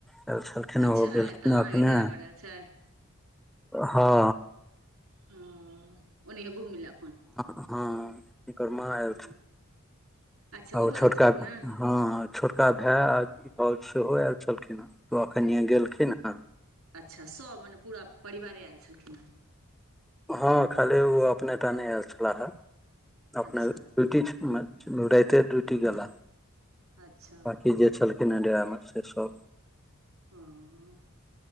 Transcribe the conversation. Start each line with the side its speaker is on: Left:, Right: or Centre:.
Centre: आयल छल एना
Right: अच्छा
Centre: हो गेलखिन
Right: एतऽ अहाँके
Centre: हँ एखने
Right: डेरा पर आयल छै
Centre: हँ
Right: ह ओने क <unintelligible> मिल अपन
Centre: हँ हुनकर माँ आयल
Right: ह
Centre: छल
Right: अच्छा
Centre: आ ओ
Right: ओहो आयल
Centre: छोटका
Right: छलखिन ह
Centre: हँ छोटका भाय भाउज सेहो आयल छलखिन हे त अखनए गेलखिन हँ
Right: अच्छा सभ मने पूरा परिवारे आयल छलखिन हेँ
Centre: हँ खाली ओ अपने टा नहि आयल छलाहे अपना
Right: अच्छा
Centre: ड्यूटी छै राईते
Right: हँ
Centre: ड्यूटी गेला
Right: अच्छा
Centre: बाँकी जे छलखिन डेरामे से सभ
Right: ओ